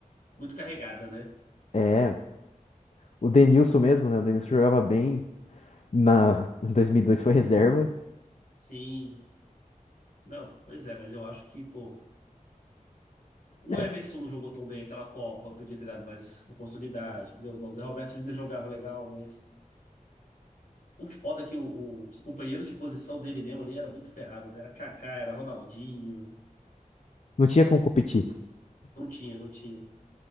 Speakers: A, on the left; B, on the left.
A: muito carregada, né?
B: É, o Denilson mesmo, né? O Denilson jogava bem. Na, em 2002 foi reserva.
A: Sim. Não, pois é, mas eu acho que, pô. O
B: É,
A: Emerson não jogou tão bem aquela Copa, podia ter dado mais oportunidade, entendeu? O Zé Roberto ainda jogava legal, mas o foda é que o- o- os companheiros de posição dele mesmo ali era muito ferrado, né? Era Kaká, era Ronaldinho,
B: não tinha como competir.
A: não tinha, não tinha.